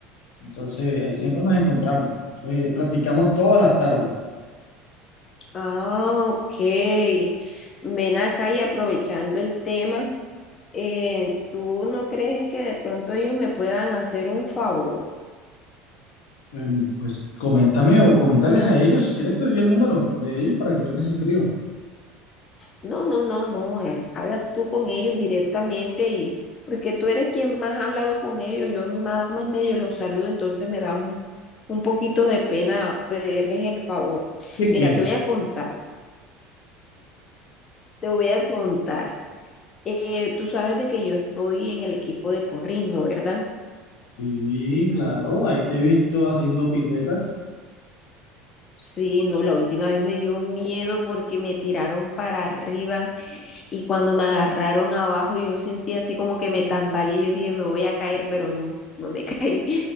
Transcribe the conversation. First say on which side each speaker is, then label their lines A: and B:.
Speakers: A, on the left; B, on the left.
A: Entonces, eh, siempre
B: Mm.
A: nos encontramos, Eh, practicamos todas las tardes.
B: Ah, ok. Ven acá y aprovechando el tema, eh, ¿tú no crees que de pronto ellos me puedan hacer un favor?
A: Eh, pues coméntame o comentarles a ellos, si quieres te doy el número de ellos para que tú les escribas.
B: No, no, no, no. eh, Habla tú con ellos directamente y porque tú eres quien más ha hablado con ellos, yo nada más medio los saludo, entonces me da un, un poquito de pena pedirles el favor.
A: ¿Qué
B: Mira,
A: quieres?
B: te voy a contar, te voy a contar. Eh, tú sabes de que yo estoy en el equipo de porrismo, ¿verdad?
A: Sí, claro, ahí te he visto haciendo piruetas,
B: Sí, no, la última vez me dio miedo porque me tiraron para arriba y cuando me agarraron abajo yo sentí así como que me tambaleé, yo dije me voy a caer, pero no, no me <laughs> caí.